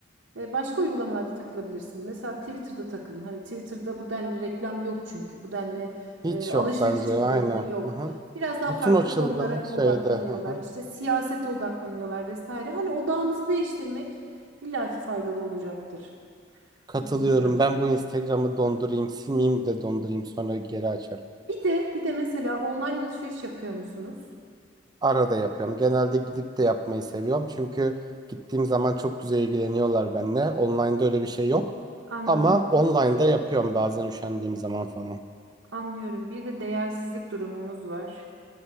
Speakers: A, on the right; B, on the right.
A: e, başka uygulamalarda takılabilirsiniz. Mesela Twitter'da takılın. Hani Twitter'da bu denli reklam yok çünkü. Bu denli
B: Hiç
A: e, alışveriş
B: yok bence.
A: çılgınlığı
B: Aynen.
A: yok.
B: Aha.
A: Biraz daha
B: Bütün
A: farklı
B: o çılgınlık
A: konulara
B: şeyde.
A: odaklanıyorlar.
B: Aha.
A: İşte siyasete odaklanıyorlar vesaire. Hani odağımızı değiştirmek illaki faydalı olacaktır.
B: Katılıyorum.
A: bu konuda.
B: Ben bu Instagram'ı dondurayım, silmeyeyim de dondurayım sonra geri açarım.
A: Bir de bir de mesela online alışveriş yapıyor musunuz?
B: Arada yapıyorum. Genelde gidip de yapmayı seviyorum. Çünkü gittiğim zaman çok güzel ilgileniyorlar benimle. Online'da öyle bir şey yok.
A: Anladım.
B: Ama online'da yapıyorum bazen üşendiğim zaman falan.
A: Anlıyorum. Bir de değersizlik durumumuz var.